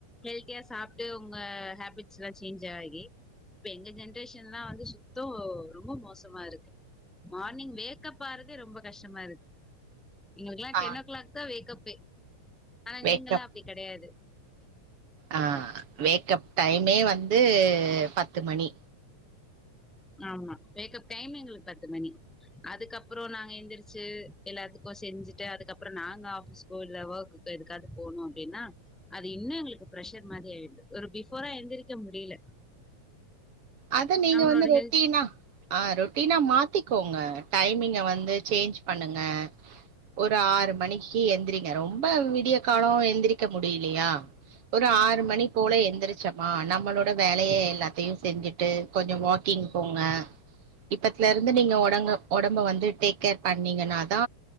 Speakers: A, in the centre; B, on the right.
A: ஹெல்தியா சாப்ட்டு உங்க ஹேபிட்ஸ் எல்லா சேஞ்ச் ஆகி இப்ப எங்க ஜென்ரேஷன்னா வந்து சுத் தோ ரொம்ப மோசமா இருக்கு மார்னிங் வேக்கப் ஆறதே ரொம்ப கஷ்டமா இருக்கு எங்களுக்கெல்லா டென்
B: ஆ
A: ஓ கிளாக் தா வேக்கப்பே ஆனா
B: வேக்கப்
A: நீங்கல்லா அப்டி கெடையாது
B: ஆ வேக்கப் டைமே வந்து பத்து மணி
A: ஆமா வேக்கப் டைம் எங்களுக்கு பத்து மணி அதுக்கப்றோ நாங்க எந்திரிச்சு எல்லாத்துக்கு செஞ்சுட்டு அதுக்கப்பறோ நாங்க ஆவீஸ் ஸ்கூல்ல ஒர்க்குக்கு எதுக்காது போணு அப்டின்னா அது இன்னும் எங்களுக்கு ப்ரஷர் மாறி ஆயிடுது ஒரு ஃபிபோரா எந்திரிக்க முடியல
B: அத்தா நீங்க
A: நம்மளோட
B: வந்து ரெட்டினா
A: ஹெல்த்
B: ஆ ரொட்டீனா மாத்திக்கோங்க டைமிங்க வந்து சேஞ்ச் பண்ணுங்க ஒரு ஆறு மணிக்கு எந்திரிங்க ரொம்ப விடிய காலம் எந்திரிக்க முடிலையா ஒரு ஆறு மணி போல எழுந்திரிச்சமா நம்மளோட வேலைய எல்லாத்தையு செஞ்சுட்டு கொஞ்சோ வாக்கிங் போங்க இப்பத்துல இருந்து நீங்க ஒடங்க ஒடம்ப வந்து டேக் கேர் பண்ணீங்கன்னாதா